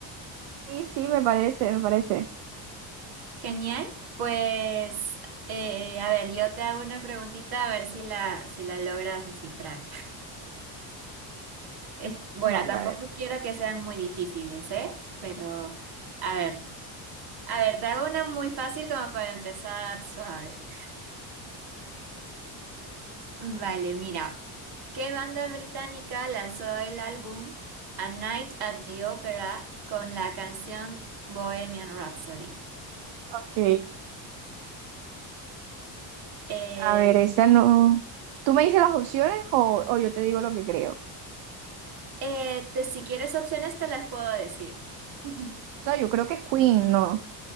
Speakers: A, on the right; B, on the right.
A: Sí, sí, me parece, me parece.
B: Genial. Pues, eh, a ver, yo te hago una preguntita a ver si la, si la logras descifrar. Es, bueno,
A: Dale,
B: tampoco
A: a ver.
B: quiero que sean muy difíciles, ¿eh? Pero, a ver, a ver, te hago una muy fácil como para empezar suave. <laughs> Vale, mira. ¿Qué banda británica lanzó el álbum A Night at the Opera con la canción Bohemian Rhapsody?
A: Ok.
B: Eh,
A: A ver, esa no. ¿Tú me dices las opciones o, o yo te digo lo que creo? O
B: eh, te- si quieres opciones te las puedo decir. <laughs>
A: sea, yo creo que es Queen, ¿no?